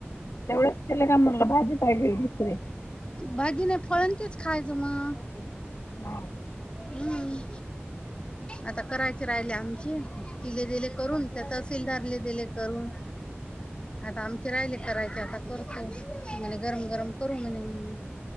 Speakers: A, on the left (about 80°); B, on the left (about 25°).
A: तेवढच केलं का म्हणलं भाजी पाहिजे दुसरी.
B: भाजी नाही फळं तेच खायचं मग,
A: हम्म.
B: हम्म. आता करायच राहिले आमची तीले दिले करून. त्या तहसीलदारले दिले करून. आता आमचे राहिले करायचे, आता करतो म्हणे गरम गरम करू म्हणे म